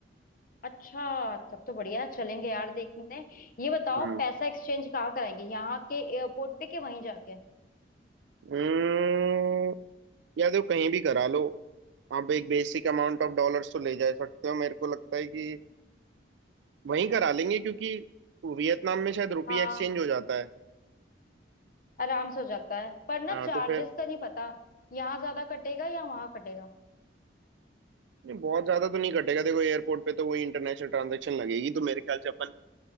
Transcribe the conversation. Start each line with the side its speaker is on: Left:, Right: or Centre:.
Left: अच्छा तब तो बढ़िया है, चलेंगे यार देखने ये बताओ
Right: हम्म
Left: पैसा एक्सचेंज कहाँ कराएंगे यहाँ के एयरपोर्ट पे कि वहीं जाके
Right: अम्म, या तो कहीं भी करा लो आप एक बेसिक अमाउंट ऑफ डॉलर्स तो ले जा सकते हो मेरे को लगता है कि वहीं करा लेंगे क्योंकि वियतनाम में शायद रुपी
Left: हाँ
Right: एक्सचेंज हो जाता है
Left: आराम से हो जाता है पर ना
Right: हाँ
Left: चार्जेस
Right: तो फिर
Left: का नहीं पता यहाँ ज्यादा कटेगा या वहां कटेगा
Right: नहीं बहुत ज्यादा तो नहीं कटेगा देखो एयरपोर्ट पे तो वही इंटरनेशनल ट्रांजैक्शन लगेगी तो मेरे ख्याल से अपन